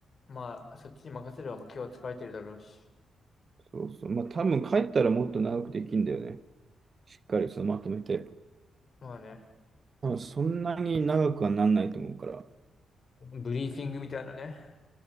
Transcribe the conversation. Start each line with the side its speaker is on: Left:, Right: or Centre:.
Left: まあ、そっちに任せれば、まあ、今日は疲れてるだろうし。
Right: そうそう。まあ多分帰ったらもっと長くできんだよね。しっかりそのまとめて。
Left: まあね、
Right: 多分そんなに長くはなんないと思うから。
Left: ブリーフィングみたいなね。